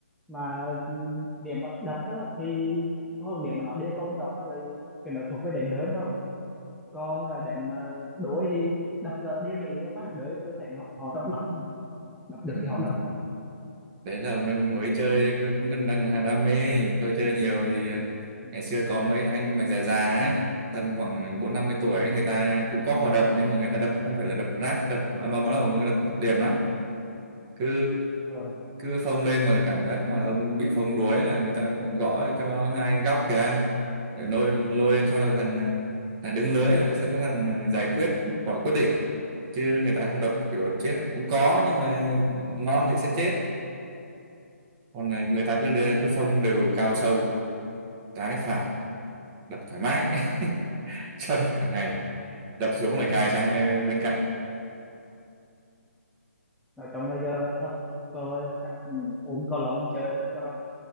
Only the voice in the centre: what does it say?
mà ừ, điểm mà đập á thì không điểm mà nó điều câu như ông đó là cái nó thuộc về đánh lớn rồi còn ờ, đánh mà đối thì đập là điều hiển nhiên mà đối tôi thấy họ, họต้องđập mà đập được
thì họ đập mà
Ừ,
ờ
ờ.
Ở trong bây giờ thôi tôi ờ, chắc ừ, ôm cầu lông chơi thôi cho rồi